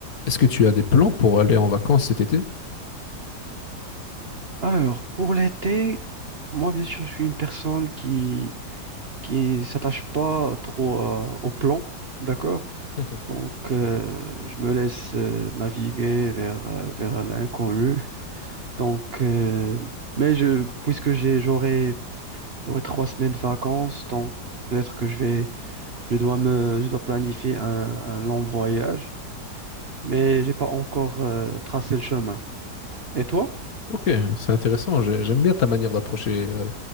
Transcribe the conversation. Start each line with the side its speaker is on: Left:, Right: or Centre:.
Left: Est-ce que tu as des plans pour aller en vacances cet été?
Right: Alors, pour l'été, moi, bien sûr, je suis une personne qui qui s'attache pas trop à- au plan, d'accord?
Left: Mhm.
Right: Donc, euh, je me laisse euh, naviguer vers euh, vers l'inconnu. Donc, euh, mais je puisque j'ai j'aurai j'aurai trois semaines de vacances, donc peut-être que je vais je dois me je dois planifier un, un long voyage, mais j'ai pas encore euh, tracé le chemin. Et toi?
Left: Ok, c'est intéressant. J'ai- J'aime bien ta manière d'approcher euh,